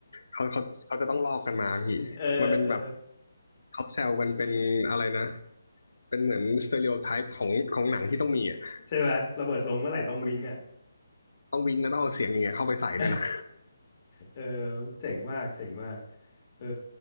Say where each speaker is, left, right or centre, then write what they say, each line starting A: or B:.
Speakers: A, on the left; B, on the left.
A: เขาเขาเขาจะต้องลอกกันมาพี่มันเป็นแบบ
B: เออเออ
A: เขาแซวกันเป็นอะไรนะเป็นเหมือนสเตอริโอไทป์ของของหนังที่ต้องมีอะ
B: ใช่ไหมระเบิดลงเมื่อไหร่ต้องวิงอ่ะ
A: มันต้องวิ่งก็ต้องเอาเสียงอย่างเงี้ยเข้าไปใส่ด้วยนะ
B: <laughs> เออเจ๋งมากเจ๋งมากเออ